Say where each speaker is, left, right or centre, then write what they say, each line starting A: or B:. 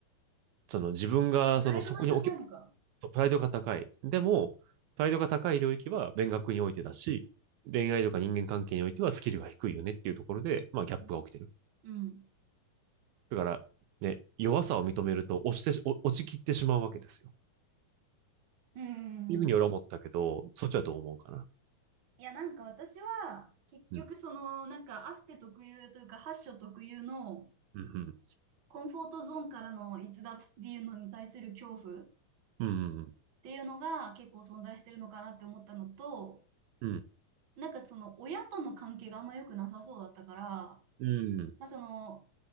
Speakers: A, on the right (about 80°); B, on the right (about 50°).
A: その自分がそのそこに置
B: プライドが高いのか。
A: そうプライドが高い。でも、プライドが高い領域は勉学においてだし、恋愛とか人間関係においてはスキルが低いよねっていうところで、まあギャップが起きてる。
B: うん。
A: だから、ね、弱さを認めると落ちてお落ちきってしまうわけですよ。っ
B: うん。
A: ていうふうに俺は思ったけど、そっちはどう思うかな。
B: いや、なんか私は、結局、
A: うん。
B: その、なんか、アスペ特有というか、ハッショ特有の、
A: うん。
B: コンフォートゾーンからの逸脱っていうのに対する恐怖っ
A: うん。
B: ていうのが結構存在してるのかなって思ったのと、
A: うん。うん。
B: なんかその親との関係があんま良くなさそうだったから、
A: うん。
B: まあその、